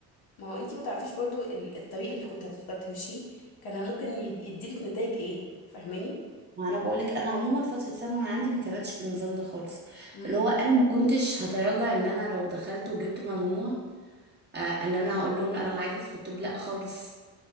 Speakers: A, on the left (about 50°); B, on the right (about 20°).
A: ما هو انت ما تعرفيش برضو ال- الطريق اللي كنت هت- هتمشيه كان ممكن ي- يديلك نتائج ايه فاهماني
B: ما انا بقول لك انا عموما فتره ثانوي عندي ما كانتش بالنظام ده خالص
A: امم
B: اللي هو انا ما كنتش هتراجع ان انا لو دخلت وجبت مجموع آه ان انا هقول لهم لا انا عايزه ادخل طب لا خالص